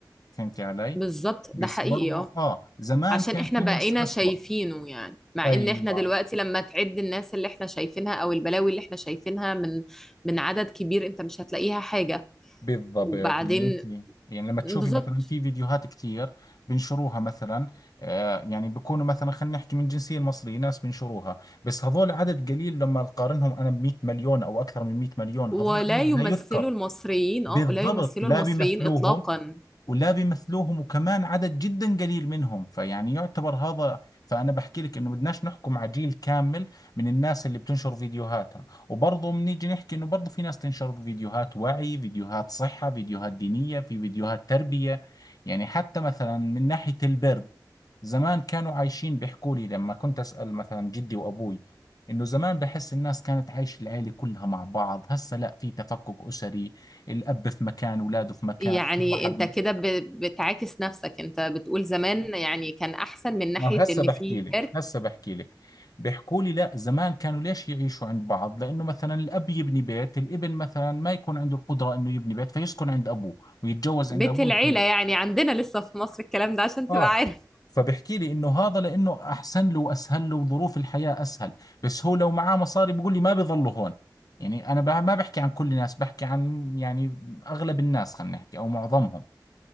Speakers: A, on the left; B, in the centre.
A: فهمتي علي
B: بالظبط
A: بس
B: ده حقيقي
A: برضو
B: اه
A: اه زمان
B: عشان
A: كان
B: احنا
A: في
B: بقينا
A: ناس اسوأ
B: شايفينه يعني مع
A: ايوه
B: ان احنا دلوقتي لما تعد الناس اللي احنا شايفينها او البلاوي اللي احنا شايفينها من من عدد كبير انت مش هتلاقيها حاجة
A: بالضبط
B: وبعدين
A: ان انت يعني لما تشوفي
B: بالظبط
A: مثلا في فيديوهات كثير بنشروها مثلا آه يعني بكونوا مثلا خلينا نحكي من الجنسيه المصريه ناس بنشروها بس هذول عدد قليل لما نقارنهم انا ب 100 مليون او اكثر من 100 مليون
B: ولا
A: هذول عدد
B: يمثلوا
A: لا يذكر
B: المصريين
A: بالضبط
B: اه لا يمثلوا
A: لا
B: المصريين
A: بيمثلوهم
B: اطلاقا
A: ولا بيمثلوهم وكمان عدد جدا قليل منهم فيعني يعتبر هذا فأنا بحكي لك إنه بدناش نحكم على جيل كامل من الناس اللي بتنشر فيديوهاتها وبرضه بنيجي نحكي إنه برضه في ناس تنشر فيديوهات وعي فيديوهات صحة فيديوهات دينية في فيديوهات تربية يعني حتى مثلا من ناحية البر زمان كانوا عايشين بيحكوا لي لما كنت أسأل مثلا جدي وأبوي إنه زمان بحس الناس كانت عايشة العيلة كلها مع بعض هسه لا في تفكك أسري الأب في مكان أولاده في مكان
B: يعني
A: واحد
B: انت كده ب- بتعاكس نفسك انت بتقول زمان يعني كان احسن من ناحية
A: ما هسه
B: ان
A: بحكي
B: في
A: لك
B: جرد
A: هسه بحكي لك بيحكوا لي لا زمان كانوا ليش يعيشوا عند بعض لانه مثلا الاب يبني بيت الابن مثلا ما يكون عنده القدره انه يبني بيت فيسكن عند ابوه ويتجوز
B: بيت
A: عند ابوه
B: العيلة
A: يتخلف
B: يعني عندنا لسه في مصر الكلام ده عشان
A: اه
B: تبقى عارف
A: فبحكي لي انه هذا لانه احسن له واسهل له وظروف الحياه اسهل بس هو لو معاه مصاري بيقول لي ما بيظلوا هون يعني انا بع- ما بحكي عن كل الناس بحكي عن يعني اغلب الناس خلينا نحكي او معظمهم